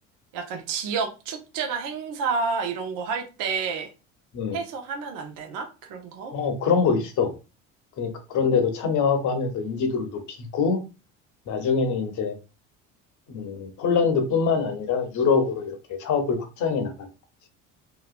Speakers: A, on the right (about 60°); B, on the left (about 55°).
A: 약간 지역 축제나 행사 이런 거 할 때
B: 음,
A: 해서 하면 안 되나? 그런 거?
B: 어, 그런 거 있어. 그러니까 그런데도 참여하고 하면서 인지도를 높이고, 나중에는 이제 음, 폴란드뿐만 아니라 유럽으로 이렇게 사업을 확장해 나가는 거지.